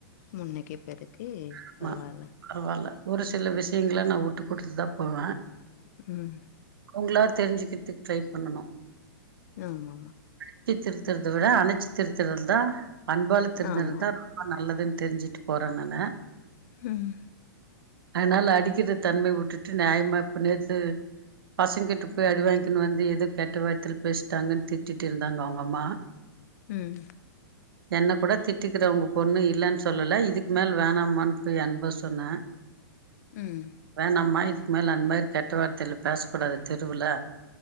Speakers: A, on the left (about 45°); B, on the right (about 80°).
A: முன்னைக்கு இப்பேருக்கு
B: ஆமா.
A: பரவால்ல
B: பரவால்ல. ஒரு சில விஷயங்களை நா உட்டு குடுத்து தா போவேன்
A: ம்
B: அவுங்களா தெரிஞ்சுக்கத்து ட்ரை பண்ணணு
A: ஆமா ஆமா
B: அடிச்சு திருத்துறத விட அணைச்சி திருத்துறந்தா அன்பால திருத்தறது
A: ஆமா
B: தான் ரொம்ப நல்லது தெரிஞ்சுட்டு போறேன் நானு
A: ம்
B: அதுனால அடிக்கிற தன்மை உட்டுட்டு நியாயமா இப்ப நேத்து பசங்கிட்ட போய் அடி வாங்கின்னு வந்து எதோ கெட்ட வார்த்தேல பேசிட்டாங்கன்னு திட்டிட்டு இருந்தாங்க அவுங்க அம்மா
A: ம்
B: என்ன கூட திட்டிக்கிற உங்க பொண்ணு இல்லன்னு சொல்லல இதுக்கு மேல வேணமான்னு போய் அன்பவ சொன்னே
A: ம்
B: வேணாம்மா இது மேல அந்த மாரி கெட்ட வார்த்தைல பேசு கூடாது தெருவுல